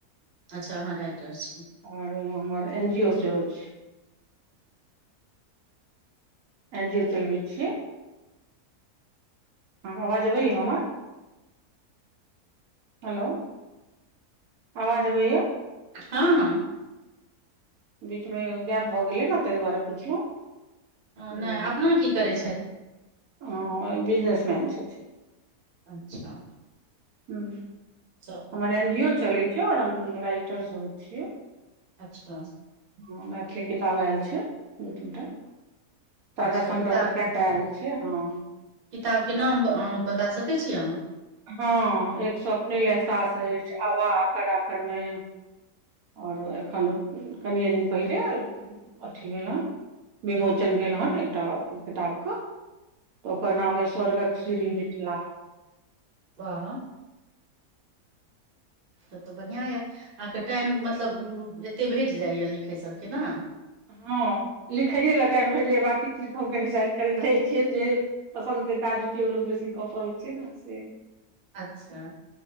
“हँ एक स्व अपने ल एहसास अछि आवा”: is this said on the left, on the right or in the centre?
Right